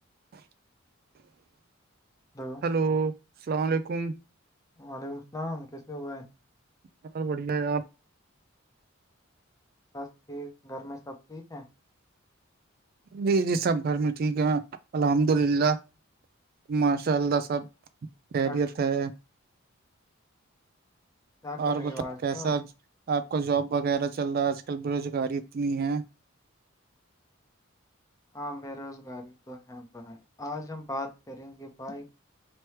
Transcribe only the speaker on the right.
وو
hello السلام علیکم
بہت بڑھیا آپ
جی جی سب گھر میں ٹھیک ہے الحمد للہ ماشاء اللہ سب خیریت
ہے
اور
بت
کیسا
آپ کو جاب وغیرہ چل رہا ہے آج کل بےروزگاری اتنی ہے